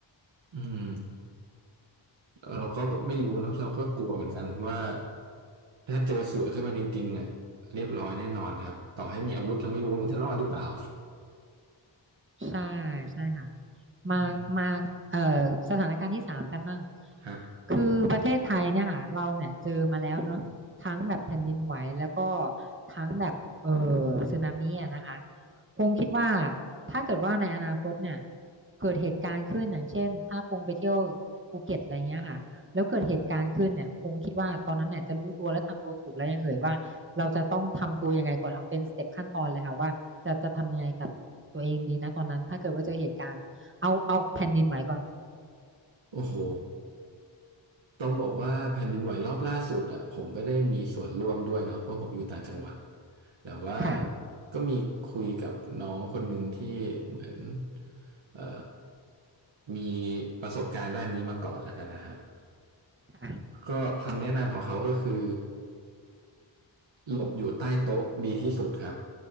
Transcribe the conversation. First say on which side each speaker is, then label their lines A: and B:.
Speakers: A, on the right (about 70°); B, on the right (about 25°).
A: อืมเราก็ไม่รู้เนาะเราก็กลัวเหมือนกันว่าถ้าเจอเสือขึ้นมาจริงๆอ่ะเรียบร้อยแน่นอนครับต่อให้มีอาวุธเราไม่รู้เราจะรอดหรือเปล่า
B: ใช่ใช่ค่ะมามาเอ่อ
A: อืม
B: สถานการณ์ที่สามกันบ้าง
A: ครับ
B: คือประเทศไทยเนี่ยค่ะเราเนี่ยเจอมาแล้วเนอะทั้งแบบแผ่นดินไหวแล้วก็ทั้งแบบเอ่อสึนามิอะนะคะพงคิดว่าถ้าเกิดว่าในอนาคตเนี่ยเกิดเหตุการณ์ขึ้นอย่างเช่นถ้าพงไปเที่ยวภูเก็ตอะไรเงี้ยค่ะแล้วเกิดเหตุการณ์ขึ้นเนี่ยพงคิดว่าตอนนั้นเนี่ยจะรู้ตัวและทำตัวถูกแล้วยังเอ่ยว่าเราจะต้องทำตัวยังไงก่อนเอาเป็นสเต็ปขั้นตอนเลยค่ะว่า จะจะทำยังไงกับตัวเองดีนะตอนนั้นถ้าเกิดว่าเจอเหตุการณ์เอาเอาแผ่นดินไหวก่อน
A: โอ้โห ต้องบอกว่าแผ่นดินไหวรอบล่าสุดอ่ะผมไม่ได้มีส่วนร่วมด้วยเนาะเพราะผมอยู่ต่างจังหวัดแต่ว่า
B: ค่ะ
A: ก็มีคุยกับน้องคนหนึ่งที่เหมือนเอ่อมีประสบการณ์ด้านนี้มาก่อนแล้วกันนะครับ
B: ค่ะ
A: ก็คำแนะนำของเขาก็คือหลบอยู่ใต้โต๊ะดีที่สุดครับ